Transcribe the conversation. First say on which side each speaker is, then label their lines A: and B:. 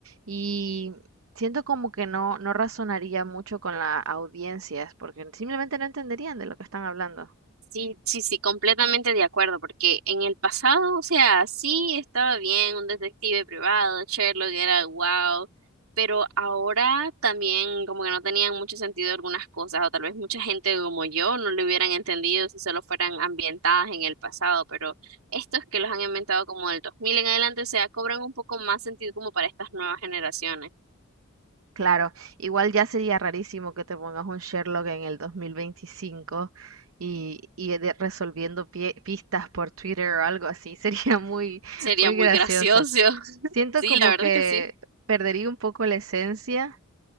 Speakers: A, on the right (about 65°); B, on the right (about 80°).
A: y siento como que no, no razonaría mucho con las audiencias porque simplemente no entenderían de lo que están hablando.
B: Sí, sí, sí, completamente de acuerdo, porque en el pasado, o sea, sí estaba bien un detective privado, Sherlock era wow, pero ahora también como que no tenían mucho sentido algunas cosas, o tal vez mucha gente como yo no lo hubieran entendido si solo fueran ambientadas en el pasado, pero estos que los han inventado como del 2000 en adelante, o sea, cobran un poco más sentido como para estas nuevas generaciones.
A: Claro, igual ya sería rarísimo que te pongas un Sherlock en el 2025 y, y de- resolviendo pie- pistas por Twitter o algo así, <laughs> sería muy,
B: Sería
A: muy
B: muy
A: gracioso.
B: gracioso. <laughs>
A: Siento
B: Sí,
A: como
B: la verdad
A: que
B: es que sí.
A: perdería un poco la esencia,